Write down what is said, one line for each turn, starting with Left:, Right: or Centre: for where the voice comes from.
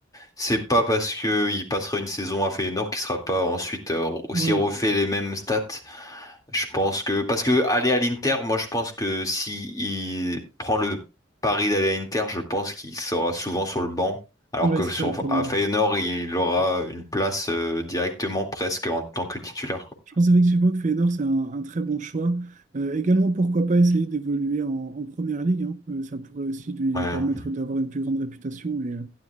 Left: c'est pas parce que il passera une saison à Feyenoord qu'il sera pas ensuite euh, aussi
Right: Ouais,
Left: refait les mêmes stats je pense que parce que aller à l'Inter, moi je pense que si il prend le pari d'aller à l'Inter, je pense qu'il sera souvent sur le banc, alors
Right: ouais,
Left: que
Right: c'est
Left: sur
Right: ça le problème.
Left: à Feyenoord, il aura une place euh, directement presque en tant que titulaire, quoi.
Right: Je pense effectivement que Feyenoord, c'est un, un très bon choix. Euh, également, pourquoi pas essayer d'évoluer en, en première ligue, hein. Euh, ça pourrait aussi lui
Left: Ouais.
Right: permettre d'avoir une plus grande réputation et, euh,